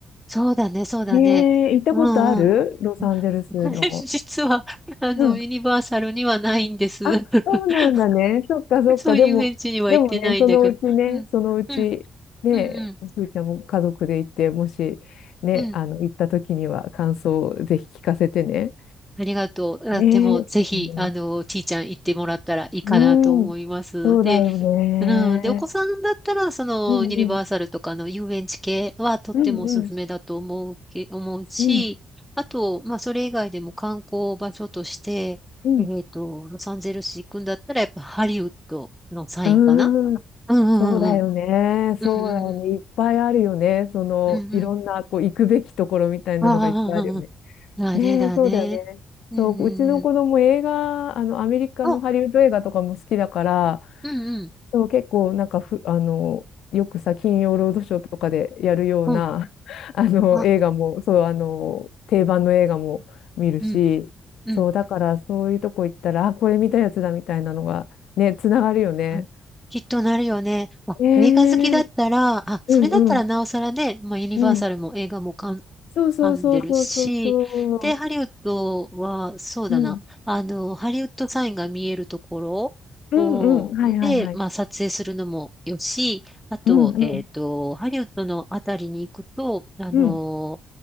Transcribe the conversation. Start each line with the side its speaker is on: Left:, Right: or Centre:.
Centre: そうだね、そうだね。
Left: ええ行ったことあるロサンゼルスの。
Centre: うんうん。<laughs> これ実は、あの、
Left: うん。
Centre: ユニバーサルにはないんです。
Left: あ、
Centre: <laughs>
Left: そうなんだね。そっかそっか。
Centre: そういう遊園地には行ってないんだけど。
Left: でも、でもね、そのうちね、
Centre: うん、
Left: そのうち、
Centre: うん、
Left: ね、
Centre: うん、うん、
Left: ふーちゃんも家族で行って、もし、ね、
Centre: うん。
Left: あの、行った時には感想をぜひ聞かせてね。
Centre: ありがとう。あ、
Left: ねえ、
Centre: でも、ぜひ、
Left: そうだね。
Centre: あの、ちいちゃん行ってもらったらいいかなと思います。
Left: うん、そうだよね。
Centre: で、うん。で、お子さんだったら、その、
Left: うんうん、
Centre: ユニバーサルとかの遊園地系はとってもおすすめだと思うけ、
Left: うんうん、
Centre: 思うし、
Left: うん、
Centre: あと、まあ、それ以外でも観光場所として、
Left: うん。
Centre: えっと、ロサンゼルス行くんだったら、やっぱハリウッドのサインかな
Left: うーん
Centre: うんうんうんうん。
Left: そうだよね。
Centre: うんうんうん。
Left: そうだよね。いっぱいあるよね。その、
Centre: うんうん。
Left: いろんな、こう、行くべきところみたいなのがいっぱいあるよね。
Centre: ああ、だね、
Left: ねえ、
Centre: だね。
Left: そうだよね。
Centre: うんうんうん。
Left: そう、うちの子供映画、あの、アメリカのハリウッド映画とかも好きだから、
Centre: あ、うんうん。
Left: そう、結構、なんかふ、あの、よくさ、金曜ロードショーとかでやるような、
Centre: うん。
Left: <laughs> あの、
Centre: あ、
Left: 映画も、そう、あの、定番の映画も見るし、
Centre: うんうん。
Left: そう、だから、そういうとこ行ったら、あ、これ見たやつだみたいなのが、ね、つながるよね。
Centre: うんきっとなるよね。あ、
Left: ええ
Centre: 映画好きだったら、あ、それだったらなおさらね、
Left: うんうん
Centre: まあ、ユニバーサルも映画もかん
Left: うん。そうそうそうそうそうそ
Centre: 噛んでるし、で、ハリウッドは、そうだな、
Left: う。うん。
Centre: あの、ハリウッドサインが見えるところを、
Left: うんうん。はいはいはい。
Centre: で、まあ、撮影するのもよし、あと、
Left: うんうん。
Centre: えっと、ハリウッドのあたりに行くと、あの、
Left: うん。